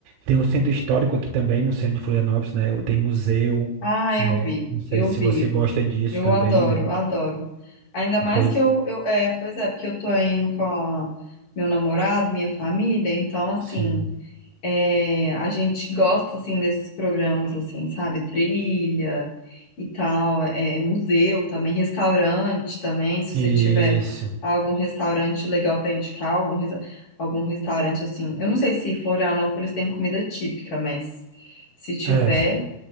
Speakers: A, on the right; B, on the left.
A: tem um centro histórico aqui também, no centro de Florianópolis, né? Tem museu,
B: Ah, eu
A: né?
B: vi,
A: Não sei
B: eu
A: se
B: vi.
A: você gosta disso
B: Eu
A: também,
B: adoro,
A: né?
B: adoro. Ainda mais
A: Pois.
B: que eu, eu é, pois é, porque eu tô indo com a- meu namorado, minha família, então assim,
A: Sim.
B: é, a gente gosta assim desses programas assim, sabe? Trilha e tal, é, museu também, restaurante também, se você
A: Isso.
B: tiver algum restaurante legal pra indicar, algum resa- algum restaurante assim. Eu não sei se Florianópolis tem comida típica, mas se tiver,
A: É,